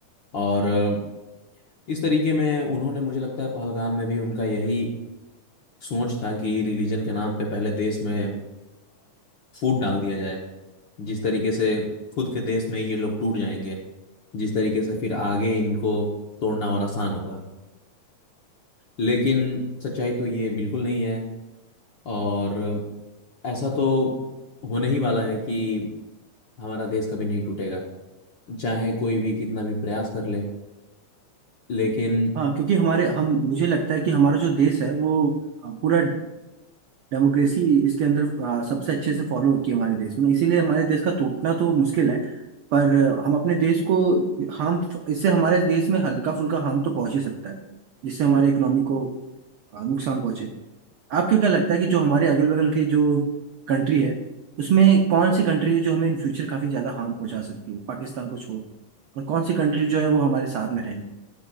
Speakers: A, on the left; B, on the right.
A: और अ, इस तरीके में उन्होंने मुझे लगता है पहलगाम में भी उनका यही सोच था कि रिलीजन के नाम पे पहले देश में फूट डाल दिया जाए जिस तरीके से खुद के देश में ये लोग टूट जाएंगे जिस तरीके से फिर आगे इनको तोड़ना और आसान होगा लेकिन सच्चाई तो ये बिल्कुल नहीं है और ऐसा तो होने ही वाला है कि हमारा देश कभी नहीं टूटेगा चाहे कोई भी कितना भी प्रयास कर ले लेकिन
B: हाँ क्योंकि हमारे हम मुझे लगता है कि हमारा जो देश है वो अ, पूरा डेमोक्रेसी इसके अंदर अ, सबसे अच्छे से फॉलो होती है हमारे देश में इसीलिए हमारे देश का टूटना तो मुश्किल है पर हम अपने देश को हार्म इससे हमारे देश में हल्का फुल्का हार्म तो पहुंच ही सकता है जिससे हमारे इकोनॉमी को अ, नुकसान पहुंचे आपको क्या लगता है कि जो हमारे अगल बगल के जो कंट्री है उसमें कौन सी कंट्री है जो हमें इन फ्यूचर काफी ज्यादा हार्म पहुंचा सकती है पाकिस्तान को छोड़ और कौन सी कंट्री जो है वो हमारे साथ में रहे